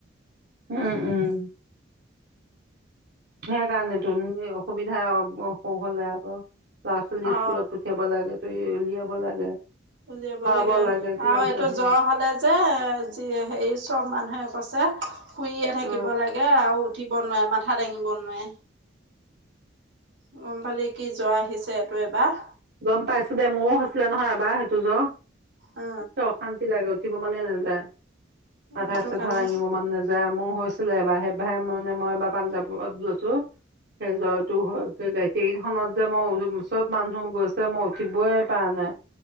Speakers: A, on the right; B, on the right.
A: উম উম। সেই কাৰণেতো <unintelligible> অসুবিধা অসুখ হলে আকৌ ল'ৰা ছোৱালী
B: অ
A: স্কুলত পঠিয়াব লাগে। <unintelligible> উলিয়াব লাগে।
B: উলিয়াব
A: খুৱাব
B: লাগে
A: কিমান
B: আৰু এইটো
A: এটা হেৰি
B: জ্বৰ হলে যে যি হেৰি চব মানুহে কৈছে শুইয়ে থাকিব
A: অ
B: লাগে আৰু উঠি উঠিব নোৱাৰে মাথা দাঙিব নোৱাৰে। গম পালি কি জ্বৰ আহিছে এইটো এইবাৰ।
A: গম পাইছো দে মোৰো হৈছিলে নহয় এবাৰ সেইটো জ।
B: অ
A: <unintelligible> অশান্তি <unintelligible> উঠিব মনে নাযায়। মাথা
B: সেইটো
A: চাথা
B: কাৰণে
A: দাঙিব মন নাযায় মোৰ হৈছিলে এবাৰ <unintelligible> মানে মই এবাৰ পাঞ্জাৱত গৈছো। সেই জ্বৰটো হৈছে <unintelligible> ট্ৰেইন খনত যে মই <unintelligible> চব মানুহ গৈছ <unintelligible> মই উঠিবই পাৰা নাই।